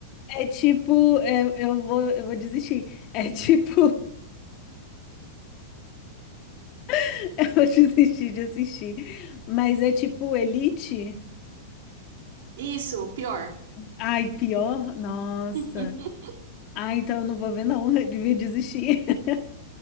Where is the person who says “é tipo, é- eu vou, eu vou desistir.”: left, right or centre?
Left